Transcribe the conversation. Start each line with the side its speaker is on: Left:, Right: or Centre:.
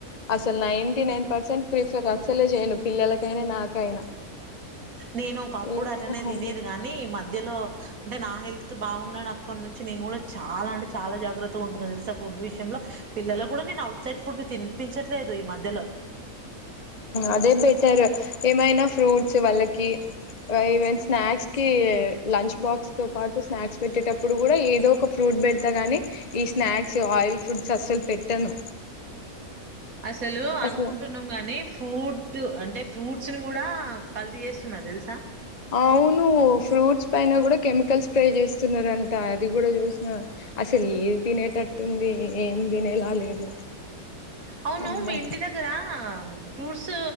Left: అసలు నైంటీ నైన్ పర్సెంట్ ప్రిఫర్ అసలే చేయను. పిల్లలకైనా నాకైనా.
Right: నేను ఒక అప్పుడు
Left: ఏమైనా
Right: అట్లనే
Left: హోమ్లీ
Right: తినేది కాని ఈ మధ్యలో అంటే నా హెల్త్ బాగుండనప్పటి నుంచి నేను కూడా చాలా అంటే చాలా జాగ్రత్తగా ఉంటున్నాను తెలుసా. ఫుడ్ విషయంలో పిల్లలకు కూడా నేను ఔట్ సైడ్ ఫుడ్ తినిపించట్లేదు. ఈ మధ్యలో
Left: అదే బెటర్ ఏమైనా ఫ్రూట్స్ వాళ్ళకి ఈవెన్ స్నాక్స్కి లంచ్ బాక్స్ తో పాటు స్నాక్స్ పెట్టేటప్పుడు, కూడా ఏదో ఒక ఫ్రూట్ పెడతా కానీ, ఈ స్నాక్స్ ఆయిల్ పు డ్స్ కి అస్సలు పెట్టను.
Right: అసలు అనుకుంటున్నాం
Left: అట్లా
Right: గాని ఫ్రూట్ అంటే ఫ్రూట్స్ ని కూడా కల్తీ చేస్తున్నారు తెలుసా
Left: అవును ఫ్రూట్స్ పైన కూడా కెమికల్ స్ప్రే చేస్తున్నారంట అది కూడా చూసిన అసలు ఏ తినేటట్టుంది. ఏం తినేలా లేదు.
Right: అవును
Left: అమ్మో
Right: మీ ఇంటి దగ్గర ఫ్రూట్స్